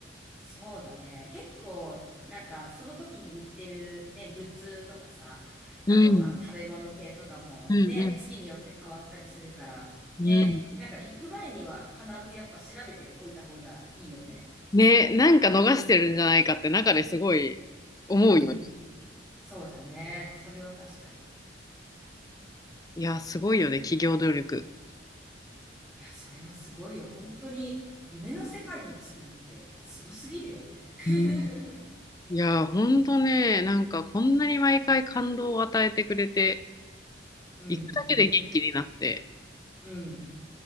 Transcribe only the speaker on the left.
うん、
うん、う
ん、
うん。
ね、なんか逃してるんじゃないかって中ですごい思うよね。
いや、すごいよね、企業努力。
うん。いや、ほんとね、なんかこんなに毎回感動を与えてくれて、
行くだけで元気になって、